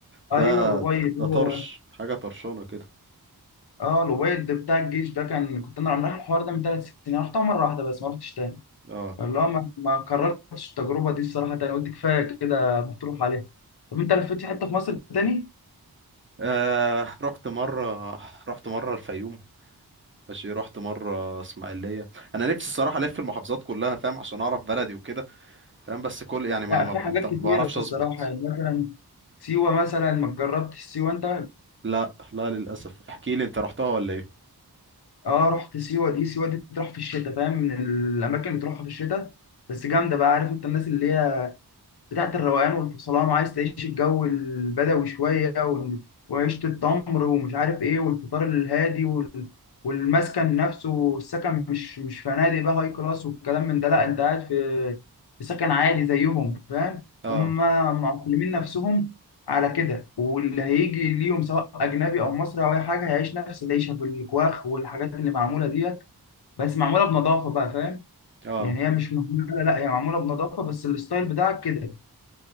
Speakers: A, on the right; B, on the left.
A: ده
B: ايوه الابيض
A: ده, ده
B: هو
A: طرش
B: ده
A: حاجه طرشانه كده
B: اه الابيض ده بتاع الجيش ده كان كنت انا رايح الحوار ده من ثلاث سنين رحتها مره واحده بس ما رحتش تاني
A: اه
B: فاللي هو ما, ما كررتش التجربه دي الصراحه تاني قلت كفايه كده بتروح عليها طب انت لفيت في حته في مصر تاني؟
A: آه رحت مرة رحت مرة الفيوم ماشي رحت مرة اسماعيلية انا نفسي الصراحة الف المحافظات كلها فاهم عشان اعرف بلدي وكده فاهم بس كل يعني ما
B: لا
A: ما
B: في
A: بقى-
B: حاجات كتيره
A: ما بعرفش
B: الصراحه
A: اظبط
B: يعني مثلا سيوه مثلا ما جربتش سيوه انت
A: لا لا للاسف احكي لي انت رحتها ولا ايه
B: اه رحت سيوه دي سيوه دي بتروح في الشتاء فاهم من الاماكن اللي بتروحها في الشتاء بس جامده بقى عارف انت الناس اللي هي بتاعت الروقان والفصلان وعايز تعيش الجو البدوي شوية وال- وعيشة التمر ومش عارف ايه والفطار الهادي وال... والمسكن نفسه السكن مش مش فنادق بقى هاي كلاس والكلام من ده لا انت قاعد في في سكن عادي زيهم فاهم
A: اه
B: هم معقلمين نفسهم على كده واللي هيجي ليهم سواء اجنبي او مصري او اي حاجه هيعيش نفس العيشه في الكواخ والحاجات اللي معموله ديت بس معموله بنظافه بقى فاهم
A: اه
B: يعني هي مش مهمله لا هي معموله بنظافه بس الستايل بتاعك كده